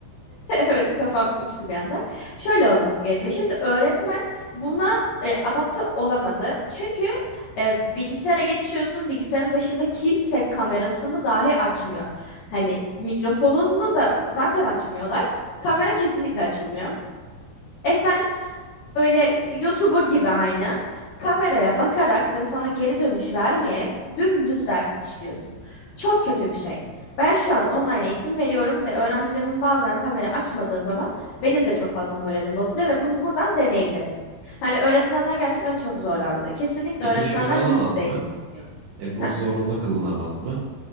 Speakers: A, on the left (about 80°); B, on the right (about 80°).
A: Evet kafam uçtu bir anda. Şöyle olması gerekiyor. Şimdi öğretmen buna e, adapte olamadı. Çünkü e, bilgisayara geçiyorsun. Bilgisayarın başında kimse kamerasını dahi açmıyor. Hani mikrofonunu da zaten açmıyorlar. Kamera kesinlikle açılmıyor. E sen Böyle YouTuber gibi aynı. Kameraya bakarak ve sana geri dönüş vermeyerek dümdüz ders işliyorsun. Çok kötü bir şey. Ben şu an online eğitim veriyorum ve öğrencilerimin bazen kamera açmadığı zaman benim de çok fazla moralim bozuluyor ve bunu buradan deneyimledim. Hani öğretmenler gerçekten çok zorlandı. Kesinlikle
B: Peki
A: öğretmenler
B: şöyle olamaz
A: yüz yüze eğitim
B: mı?
A: istiyor.
B: E bu
A: Heh.
B: zorunlu kılınamaz mı?